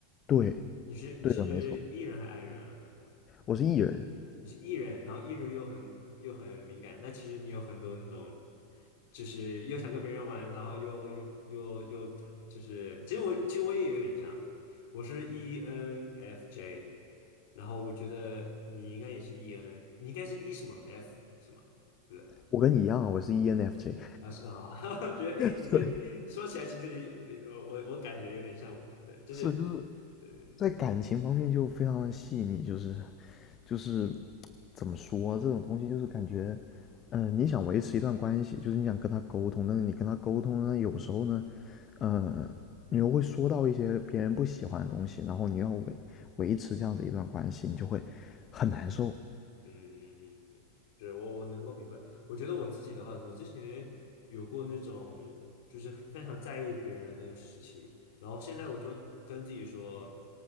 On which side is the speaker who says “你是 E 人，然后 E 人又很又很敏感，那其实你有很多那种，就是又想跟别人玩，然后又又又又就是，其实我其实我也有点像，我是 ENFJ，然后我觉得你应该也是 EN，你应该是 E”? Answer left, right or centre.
Left